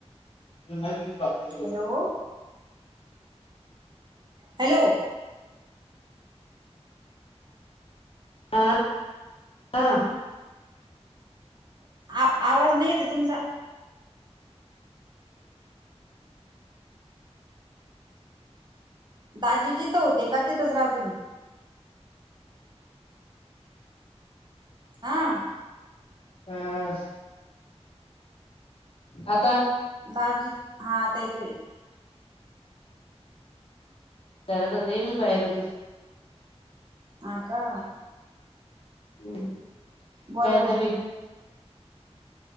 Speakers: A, on the left; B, on the right.
A: म तुची वाात <unintelligible>
B: हॅलो हॅलो
A: हां हां
B: आवाज नाही येते तुमचा दाजीजीथ होते का तिथंच राह तुम्ही हा
A: आ आता
B: दाजी हा तेेतोय
A: करत होते मी बाहेर होती
B: आका
A: ्
B: बोला
A: काय
B: ना
A: चाल